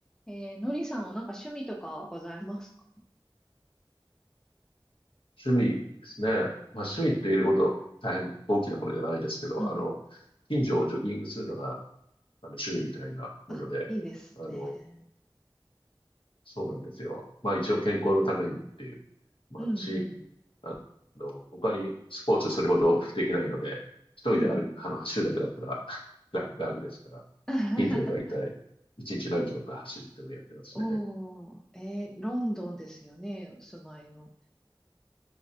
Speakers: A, in the centre; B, on the left (about 85°).
A: えー、のりさんはなんか趣味とかはございますか
B: 趣味ですね。まあ趣味って言えるほど大変大きなものじゃないですけど、
A: うん。
B: あの、近所をジョギングするのがあの趣味みたいなもので、
A: あ、いいですね。
B: あの、そうなんですよ。まあ一応健康のためにっていうのもあるし、
A: うんうん。
B: あの、他にスポーツそれほどできないので、一人で歩く、
A: うんうん。
B: あの、走るだけだったら <laughs> 楽、楽ですから、
A: <laughs>
B: 近所をだいたい1日何キロか走るっていうのをやってますね。
A: おー、えー、ロンドンですよね。お住まいの。